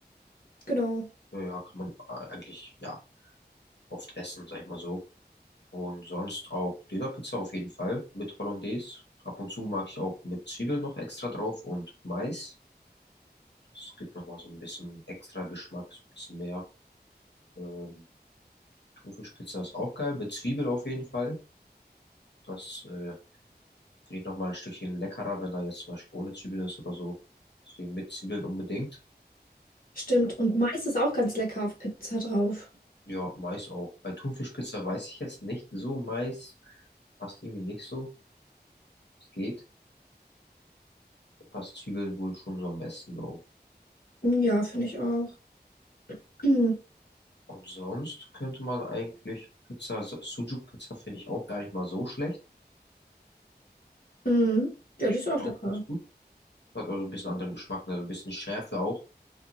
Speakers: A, on the left; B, on the left.
A: Genau,
B: Ja, kann man äh, eigentlich, ja, oft essen, sag ich mal so. Und sonst auch Dönerpizza auf jeden Fall mit Hollandaise. Ab und zu mag ich auch mit Zwiebel noch extra drauf und Mais. Es gibt nochmal so ein bisschen extra Geschmack, so ein bisschen mehr. Ähm, Thunfischpizza ist auch geil, mit Zwiebel auf jeden Fall. Das äh, finde ich nochmal ein Stückchen leckerer, wenn da jetzt zum Beispiel ohne Zwiebeln ist oder so. Deswegen mit Zwiebeln unbedingt.
A: stimmt. Und Mais ist auch ganz lecker auf Pizza drauf.
B: Ja, Mais auch. Bei Thunfischpizza weiß ich jetzt nicht so. Mais passt irgendwie nicht so. Es geht. Da passt Zwiebeln wohl schon so am besten drauf.
A: Mm, Ja, finde ich auch. <clears throat>
B: Und sonst könnte man eigentlich Pizza, Su- Sujuk-Pizza finde ich auch gar nicht mal so schlecht.
A: Mhm. Ja,
B: Die
A: die
B: schmeckt
A: ist auch
B: auch
A: lecker.
B: ganz gut. Hat also ein bisschen anderen Geschmack, ne? also ein bisschen Schärfe auch.